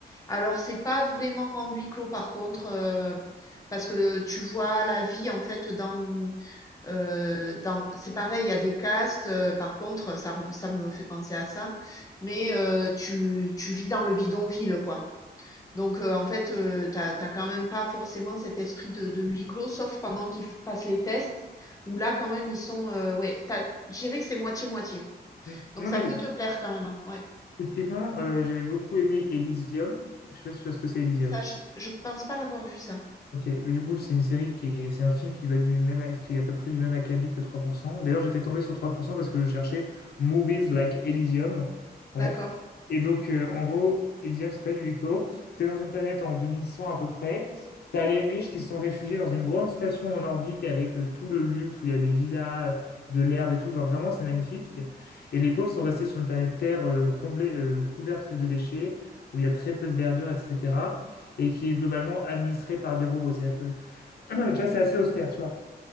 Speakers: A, on the left; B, on the left.
A: Alors c'est pas vraiment en huis clos par contre, heu, parce que tu vois la vie en fait dans, heu, dans c'est pareil, il y a des castes, heu, par contre, ça re ça me fait penser à ça, mais heu, tu tu vis dans le bidonville, quoi. Donc heu, en fait, heu, t'as as quand même pas forcément cet esprit de de huis clos, sauf pendant qu'ils f passent les tests, où là quand même ils sont, heu, ouais, tu je dirais que c'est moitié-moitié.
B: euh,
A: Donc
B: Non,
A: ça
B: mais
A: peut te plaire quand même. hein. Ouais.
B: typiquement, euh, j'avais beaucoup aimé Elysium. Je sais pas si tu vois ce que c'est Elysium.
A: Ça, je, je pense pas l'avoir vu ça.
B: Ok, mais du coup, c'est une série qui est, c'est un film qui va du même, qui est à peu près du même acabit que 3%. D'ailleurs, j'étais tombé sur 3% parce que je cherchais Movies Like Elysium. Bref.
A: D'accord.
B: Et donc, euh, en gros, Elysium, c'est pas du huis clos. T'es dans une planète en 2100 à peu près. T'as les riches qui se sont réfugiés dans une grande station en orbite et avec euh, tout le luxe où il y a des villas, euh, de l'herbe et tout. Genre, vraiment, c'est magnifique. Et les pauvres sont restés sur une planète Terre euh, comblée, euh, couverte de déchets, où il y a très peu de verdure, etc et qui est globalement administré par des robots. C'est-à-dire que, <clears throat> tu vois, c'est assez austère, tu vois.